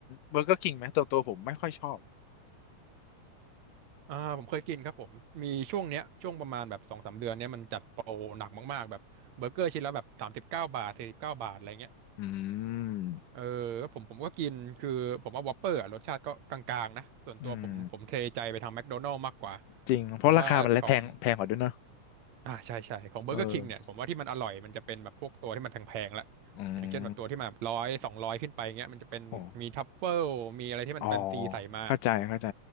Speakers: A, on the left; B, on the right.
A: เบอร์เกอร์คิงไหมตัวตัวผมไม่ค่อยชอบ
B: อ่าผมเคยกินครับผมมีช่วงเนี้ยช่วงประมาณแบบสองสามเดือนเนี้ยมันจัดโปรหนักมากๆแบบเบอร์เกอร์ชิ้นละแบบสามสิบเก้าบาทสี่สิบเก้าบาทอะไรเงี้ย
A: อืม
B: เออแล้วผมผมก็กินคือผมว่าวอปเปอร์อะรสชาติก็กลางๆนะ ส่วนตัวผมผมเทใจไปทางแมคโดนัล
A: อืม
B: s ์มากกว่า
A: จริงเพราะราคามันและแพงแพงกว่าด้วยเนอะ
B: แต่ว่าของอ่าใช่ใช่ของเบอร์เกอร์คิงเนี่ยผมว่าที่มันอร่อยมันจะเป็นแบบพวกตัวที่มันแพงๆละ
A: เอออืม
B: อย่างเช่นแบบตัวที่มาร้อยสองร้อยขึ้นไปเงี้ยมันจะเป็นมีทัฟเฟิลมีอะไรที่มันแฟนซีใส่มา
A: โอ้อ๋อเข้าใจเข้าใจ